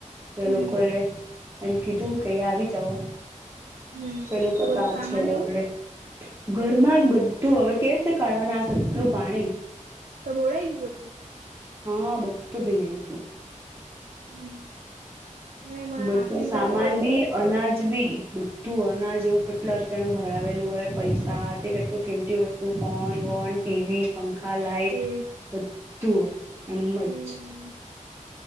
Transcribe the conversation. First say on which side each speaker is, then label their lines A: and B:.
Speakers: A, on the right; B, on the right.
A: તો એ
B: હમ
A: લોકોએ એમ કીધું કે અ આવી જવ
B: હમ
A: ચલું
B: તો બધું
A: પતા
B: સામાન
A: છે આવડે
B: એવું
A: ઘરમાં જ બધું હવે કેવી રીતે કાઢવાનું આ કેટલું પાણી
B: તો મોોડા બધું
A: હા બધું ભીન હતું.
B: હમ ને મારા
A: બધું
B: માસીને
A: સામાન
B: તા બધું
A: બી અનાજ બી બધું અનાજ એવું કેટલા રૂપિયા નું ભરાવેલું હોય પૈસા તે કેટલું કિમતી વસ્તુ ઓન વોન ટીવી પંખા લાાઈટ
B: એજ
A: બધું એમજ
B: હમ